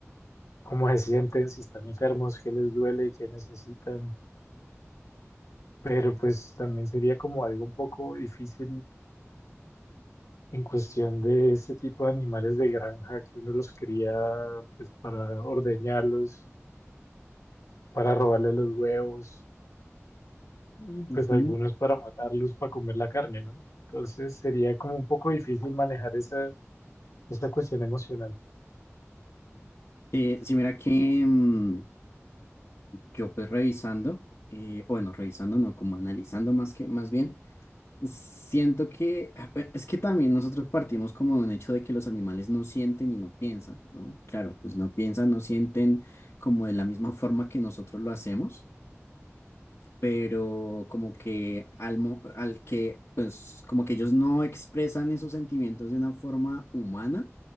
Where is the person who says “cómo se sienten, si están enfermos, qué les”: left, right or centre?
Left